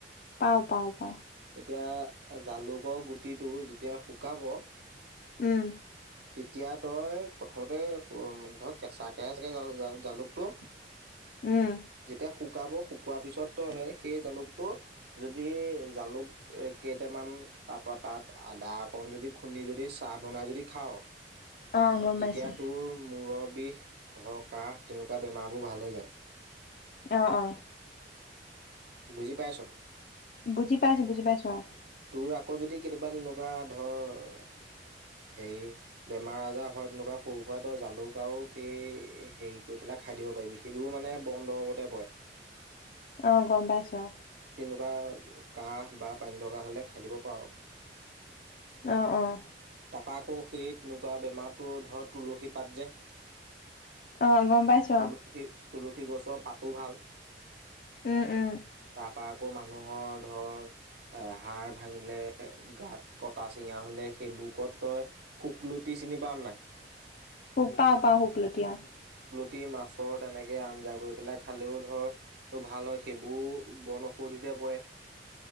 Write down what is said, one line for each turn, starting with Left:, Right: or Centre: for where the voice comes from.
Left: পাওঁ পাওঁ পাওঁ।
Right: এতিয়া জালুকৰ গুটিটো যেতিয়া শুকাব।
Left: উম
Right: এতিয়া তই প্ৰথমতে সো- উম, ধৰ কেঁচাকে চাগে জালু- জালু- জালুকটো
Left: উম
Right: যেতিয়া হুক শুকাব, শুকোৱাৰ পিছত তই সেই জালুকটো যদি জালুক কেইটামান, তাৰপৰা তাত আদা অকণ যদি খুন্দি যদি চাহ বনাই যদি খাৱ
Left: অ গম
Right: তেতিয়া
Left: পাইছো
Right: তোৰ মূৰৰ বিষ ধৰ, কাহ তেনেকুৱা বেমাৰবোৰ ভাল হৈ যায়।
Left: অ অ
Right: বুজি পাইছ?
Left: বুজি পাইছোঁ - বুজি পাইছোঁ, অ'।
Right: তোৰ আকৌ যদি কেতিয়াবা তেনেকুৱা ধৰ, হেৰি বেমাৰ-আজাৰ হয় তেনেকুৱা সৰু সুৰা, তই জালুকাও সেই হেৰি কৰি পেলাই খাই দিব পাৰিবি। সেইটোও মানে বন দৰৱতে পৰে।
Left: অ', গম পাইছোঁ।
Right: কিবা কাহ বা পানীলগা খালে খাই দিব পাৰ।
Left: অ' - অ'।
Right: তাৰপা আকৌ সেই তেনেকুৱা বেমাৰটো ধৰ তুলসী পাত যে!
Left: অ' গম পাইছো
Right: তুলসী
Left: অ'।
Right: তুলসী গছৰ পাতো ভাল।
Left: উম উম।
Right: তাৰ আকৌ মানুহৰ ধৰ, অ' হাড় ভাঙিলে, গাত কটা-চিঙা হ'লে সেইবোৰকত তই শুকলুতি চিনি পাও নাই?
Left: হো পাওঁ পাওঁ শুকলতি অ'
Right: তি মাছৰ তেনেকে আঞ্জা কৰি পেলাই খালেও ধৰ তো ভাল হয়। সেইবোৰ বন ঔষধিতে পৰে।